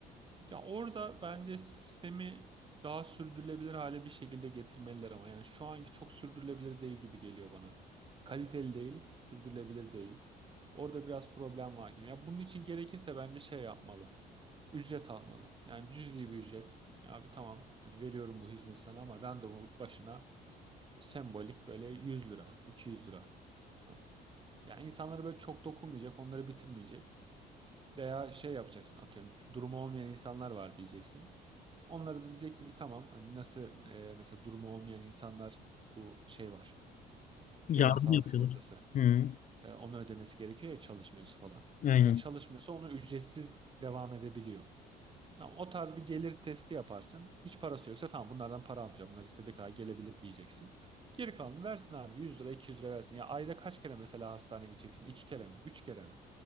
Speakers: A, on the right; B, on the left.
A: Ya orada bence sistemi daha sürdürülebilir hale bir şekilde getirmeliler ama yani şu anki çok sürdürülebilir değil gibi geliyor bana. Kaliteli değil, sürdürülebilir değil. Orada biraz problem var gibi. Ya bunun için gerekirse bence şey yapmalı. ücret almalı. Yani cüzi bir ücret. Ya abi tamam hani veriyorum bu hizmeti sana ama randevu başına sembolik böyle 100 lira, 200 lira. Ha. Yani insanları böyle çok dokunmayacak, onları bitirmeyecek. Veya şey yapacaksın atıyorum durumu olmayan insanlar var diyeceksin. Onlara da diyeceksin ki tamam hani nasıl e, mesela durumu olmayan insanlar bu şey var.
B: Yardım
A: Genel sağlık
B: yapıyorlar.
A: sigortası.
B: Hı,
A: E, onu ödemesi gerekiyor ya çalışmıyorsa falan.
B: aynen.
A: Mesela çalışmıyorsa onu ücretsiz devam edebiliyor. Ama o tarz bir gelir testi yaparsın. Hiç parası yoksa tamam bunlardan para almayacağım. Bunlar istediği kadar gelebilir diyeceksin. Geri kalanını versin abi. 100 lira 200 lira versin. Ya ayda kaç kere mesela hastaneye gideceksin? 2 kere mi? 3 kere mi?